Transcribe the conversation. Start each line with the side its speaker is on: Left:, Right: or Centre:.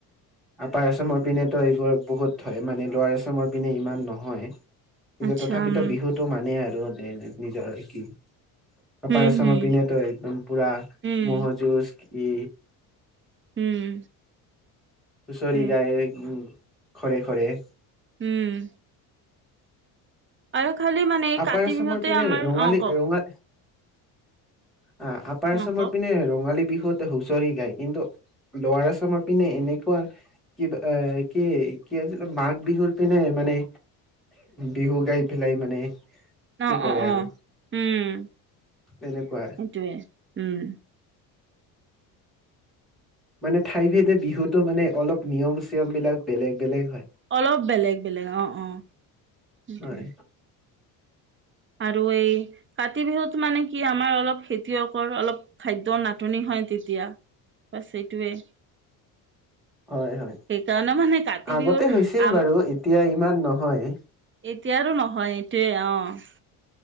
Centre: আপাৰ এচমৰ পিনেতো এইবোৰ বহুত হয় মানে লোৱাৰ এচমৰ পিনে ইমান নহয় কিন্তু
Right: আচ্ছা
Centre: তথাপিতো
Right: উম।
Centre: বিহুতটো মানেই আৰু নিজৰ কি আপাৰ
Right: উম,
Centre: আছাম
Right: হুম,
Centre: পিনে তো একদম পুৰা
Right: উম,
Centre: ম'হ যুঁজ কি।
Right: উম।
Centre: হুঁচৰিৰ
Right: সেইটোৱে
Centre: গায় উ ঘৰে ঘৰে।
Right: উম। আৰু খালি মানে
Centre: আপাৰ
Right: কাতি
Centre: আছামৰ
Right: বিহুতে
Centre: পিনে
Right: আমাৰ
Centre: ৰঙালী
Right: অ' কওঁক।
Centre: ৰঙা আহ আপাৰ আছাম
Right: অ', কওক
Centre: পিনে ৰঙালী বিহুতে হুঁচৰি গায় কিন্তু। লৰাচামৰ পিনে এনেকুৱা কিবা এ কি কি আছিল মাঘ বিহুৰ পিনে মানে বিহু গাই পেলাই মানে কি
Right: অ'
Centre: কৰে
Right: অ' অ'
Centre: আৰু
Right: উম,
Centre: তেনেকুৱা
Right: সেইটোয়ে। উম।
Centre: মানে ঠাই ভেদ বিহুতো মানে অলপ নিয়ম চিয়ম বিলাক বেলেগ। বেলেগ হয়
Right: অলপ বেলেগ বেলেগ অ' অ' সেইটো।
Centre: হয়
Right: আৰু এই কাতি বিহুত মানে কি আমাৰ অলপ খেতিয়কৰ অলপ খাদ্যৰ নাটনি হয়। তেতিয়া বাস সেইটোৱে।
Centre: হয় হয়
Right: সেইকাৰণে মানে কাতি
Centre: আগতে
Right: বিহুত
Centre: হৈছিল
Right: আম
Centre: বাৰু
Right: এতিয়াৰ
Centre: এতিয়া ইমান নহয়
Right: আৰু নহয় এইটোৱে অ'।